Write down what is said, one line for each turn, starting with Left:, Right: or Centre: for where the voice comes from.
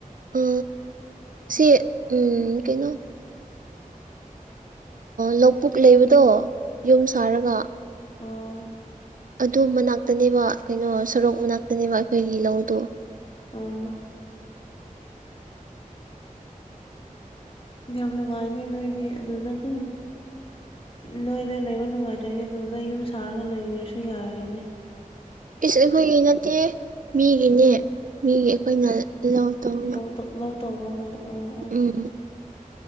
Right: ꯑ ꯁꯤ ꯎꯝ ꯀꯩꯅꯣ ꯂꯧꯕꯨꯛ ꯂꯩꯕꯗꯣ ꯌꯨꯝ ꯁꯥꯔꯒ
Left: ꯑꯥ
Right: ꯑꯗꯨ ꯃꯅꯥꯛꯇꯅꯦꯕ ꯀꯩꯅꯣ ꯁꯣꯔꯣꯛ ꯃꯅꯥꯛꯇꯅꯦꯕ ꯑꯩꯈꯣꯏꯒꯤ ꯂꯧꯗꯣ
Left: ꯑꯣ ꯌꯥꯝ ꯅꯨꯡꯉꯥꯏꯅꯦ ꯅꯣꯏꯗꯤ ꯑꯗꯨꯗ ꯑꯗꯨꯝ ꯅꯣꯏꯗ ꯂꯩꯕ ꯅꯨꯡꯉꯥꯏꯖꯦ ꯑꯗꯨꯗ ꯌꯨꯝ ꯁꯥꯔꯒ ꯂꯩꯔꯁꯨ ꯌꯥꯔꯅꯦ
Right: ꯏꯁ ꯑꯩꯈꯣꯏꯒꯤ ꯅꯠꯇꯦ ꯃꯤꯒꯤꯅꯦ ꯃꯤꯒꯤ ꯑꯩꯈꯣꯏꯅ ꯂꯧ ꯇꯧꯔꯤ
Left: ꯇꯣꯞ ꯂꯧ ꯇꯧꯕ ꯍꯣꯏ ꯑꯣ ꯑꯣ
Right: ꯎꯝ